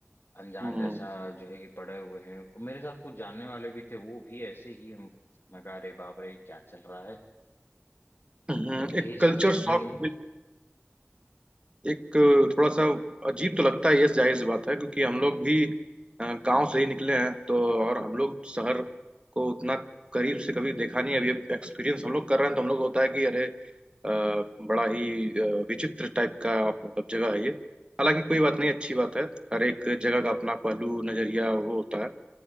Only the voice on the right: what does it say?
हम्म,
हम्म,
एक
कल्चर
शॉक एक थोड़ा सा अजीब तो लगता है ये जाहिर सी बात है क्योंकि हम लोग भी अ, गांव से ही निकले हैं तो और हम लोग शहर को उतना करीब से कभी देखा नहीं है अभी एक्सपीरियंस हम लोग कर रहे हैं तो हम लोग को होता है कि अरे अ, बड़ा ही अ, विचित्र टाइप का मतलब जगह है ये हालांकि कोई बात नहीं अच्छी बात है हर एक जगह का अपना पहलू नजरिया वो होता है